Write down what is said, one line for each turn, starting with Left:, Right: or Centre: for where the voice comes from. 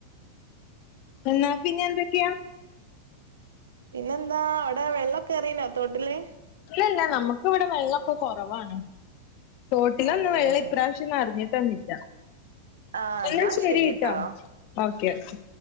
Left: എന്നാ പിന്നെ എന്തൊക്കെയാ
Right: പിന്നെന്താ അവിടെ വെള്ളൊക്കെ എറനോ തോട്ടില്
Left: ഇല്ല ഇല്ല നമ്മുക്ക് ഇവിടെ വെള്ളൊക്കെ കുറവാണ് തോട്ടിലൊന്ന്
Right: അതെല്ലേ
Left: വെള്ളം ഇപ്രാവശ്യം അറിഞ്ഞിട്ടന്നില്ല
Right: ആഹ് എന്നാ
Left: എന്നും ശരി
Right: ശരിട്ടോ
Left: കേട്ടോ ഓക്കെ ഓക്കെ